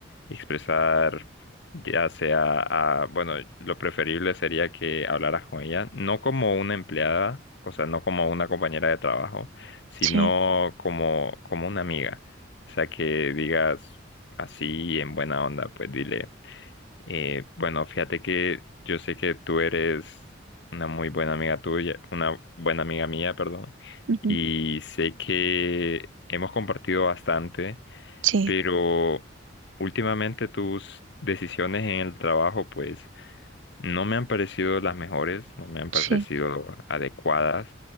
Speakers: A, on the left (about 60°); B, on the right (about 75°).
A: expresar ya sea, a- bueno, lo preferible sería que hablaras con ella, no como una empleada, o sea, no como una compañera de trabajo, sino
B: sí,
A: como, como una amiga. O sea, que digas así en buena onda, pues dile, eh, bueno, fíjate que yo sé que tú eres una muy buena amiga tuya, una buena amiga mía, perdón,
B: ujú,
A: y sé que hemos compartido bastante
B: sí,
A: pero últimamente tus decisiones en el trabajo pues no me han parecido las mejores, no me han
B: sí,
A: parecido adecuadas,